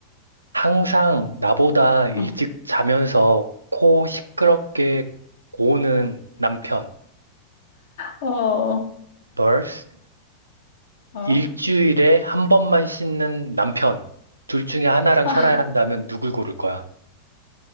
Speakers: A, on the right (about 80°); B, on the left (about 60°).
A: 항상 나보다 일찍
B: 응.
A: 자면서 코 시끄럽게 고는 남편.
B: 어,
A: vs
B: 어.
A: 일주일에 한 번만 씻는 남편. 둘 중에 하나랑
B: 아,
A: 살아야 한다면 누굴 고를 거야?